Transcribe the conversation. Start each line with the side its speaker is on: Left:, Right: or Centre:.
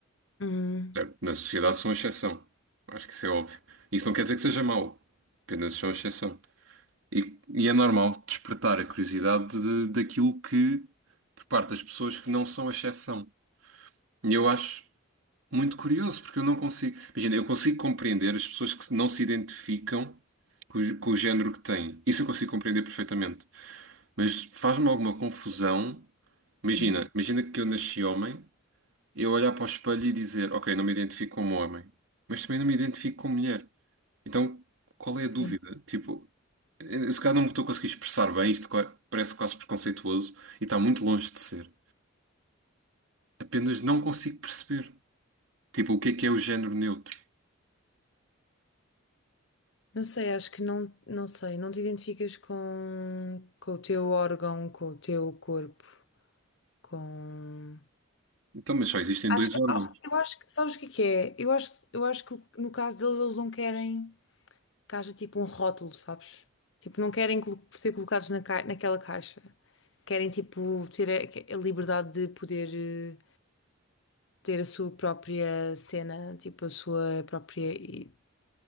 Left: Uhum,
Right: É, Na sociedade são exceção. Acho que isso é óbvio. Isso não quer dizer que seja mau. Apenas são exceção. E, e é normal despertar a curiosidade de- daquilo que, por parte das pessoas que não são exceção. E eu acho. Muito curioso, porque eu não consigo. Imagina, eu consigo compreender as pessoas que não se identificam com o, gé- com o género que têm. Isso eu consigo compreender perfeitamente. Mas faz-me alguma confusão. Imagina,
Left: Sim.
Right: imagina que eu nasci homem, eu olhar para o espelho e dizer, ok, não me identifico como homem, mas também não me identifico como mulher. Então, qual é a dúvida?
Left: Sim.
Right: Tipo, eu, se calhar não me estou a conseguir expressar bem, isto qua- parece quase preconceituoso e está muito longe de ser. Apenas não consigo perceber. Tipo, o que é que é o género neutro?
Left: Não sei, acho que não, não sei, não te identificas com, com o teu órgão, com o teu corpo, com.
Right: Então, mas só existem
Left: Acho
Right: dois
Left: que,
Right: órgãos.
Left: oh, eu acho que, sabes o que é que é? Eu acho, eu acho que no caso deles, eles não querem. que haja tipo um rótulo, sabes? Tipo, não querem colo- ser colocados na ca- naquela caixa. Querem tipo ter a, a liberdade de poder eh, ter a sua própria cena, tipo a sua própria i-